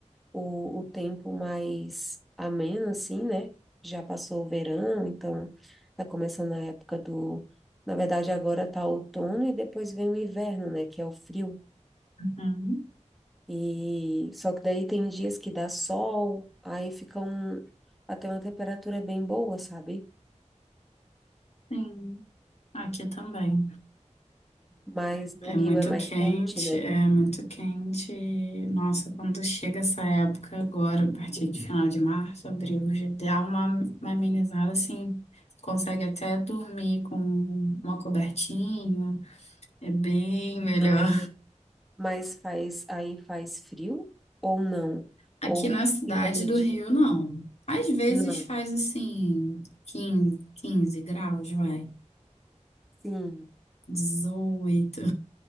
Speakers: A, in the centre; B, on the left.
A: o, o tempo mais ameno, assim, né? Já passou o verão, então tá começando a época do... Na verdade, agora tá outono e depois vem o inverno, né? Que é o frio.
B: Uhum.
A: E só que daí tem dias que dá sol, aí fica um... até uma temperatura bem boa, sabe?
B: Sim, aqui também.
A: mas no
B: É, é
A: Rio
B: muito
A: é mais
B: quente,
A: quente, né?
B: é muito quente. Nossa, quando chega essa época agora, a partir de final de março, abril, já dá uma, uma amenizada assim. Consegue até dormir com uma cobertinha, é bem melhor.
A: Aí, mas faz, aí faz frio ou não?
B: Aqui
A: Ou
B: na cidade
A: fica mediano?
B: do Rio, não. Às vezes
A: Não.
B: faz assim, quinze, quinze graus, vai.
A: Sim.
B: dezoito.